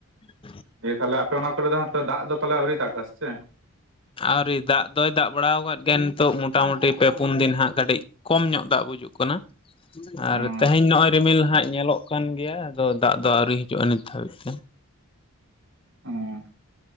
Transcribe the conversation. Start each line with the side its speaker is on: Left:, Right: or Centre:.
Left: <unintelligible>
Right: ᱫᱤᱭᱮ ᱛᱟᱦᱞᱮ ᱟᱯᱮ ᱚᱱᱟ ᱠᱚᱨᱮ ᱫᱚ ᱦᱟᱸᱜ ᱫᱟᱜ ᱫᱚ ᱛᱟᱦᱚᱞᱮ ᱟᱹᱣᱨᱤ ᱫᱟᱜᱼᱟ ᱥᱮᱪᱮᱜ?
Left: ᱟᱹᱣᱨᱤ ᱫᱟᱜ ᱫᱚᱭ ᱫᱟᱜ ᱵᱟᱲᱟᱣ ᱠᱟᱜ ᱜᱮᱭᱟ, ᱱᱤᱛᱚᱜ ᱢᱚᱴᱟᱢᱩᱴᱤ ᱯᱮ ᱯᱩᱱ ᱫᱤᱱ ᱦᱟᱸᱜ ᱠᱟᱹᱴᱤᱡ᱾ ᱠᱚᱢ ᱧᱚᱜ ᱫᱟᱜ ᱵᱩᱡᱩᱜ ᱠᱟᱱᱟ, ᱟᱨ
Right: ᱚ
Left: ᱛᱮᱦᱮᱧ ᱱᱚᱜᱼᱚᱭ ᱨᱤᱢᱤᱞ ᱦᱟᱸᱜ ᱧᱮᱞᱚᱜ ᱠᱟᱱ ᱜᱮᱭᱟ, ᱟᱫᱚ ᱫᱟᱜ ᱫᱚ ᱟᱹᱣᱨᱤ ᱦᱤᱡᱩᱜᱼᱟ ᱱᱤᱛ ᱦᱟᱹᱵᱤᱡ ᱛᱮ᱾
Right: ᱚᱸ